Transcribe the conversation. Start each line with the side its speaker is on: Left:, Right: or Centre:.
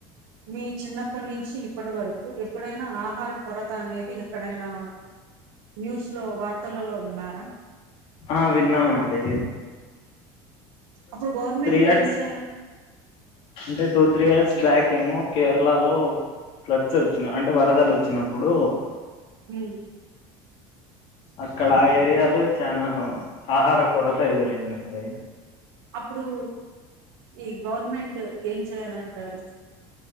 Right: మీ చిన్నప్పటి నుంచి ఇప్పటి వరకు ఎప్పుడైనా ఆహారం కొర అనేది ఎక్కడైనా న్యూస్ లో వార్తలలో విన్నారా
Left: ఆ విన్నామా అండి
Right: అప్పుడు గవర్నమెంట్
Left: ఇయర్స్
Right: ఏం చేయాలి
Left: అంటే టూ త్రీ ఎయర్స్ బ్యాక్ ఏమో కేరళలో ఫ్లడ్స్ వచ్చిన అంటే వరదలు వచ్చినప్పుడు
Right: హ
Left: అక్కడ ఆ ఏరియాలో చనా ఆహార కొరత ఎదురైందయి
Right: అప్పుడు ఈ గవర్నమెంట్ ఏం చేయాలంటారు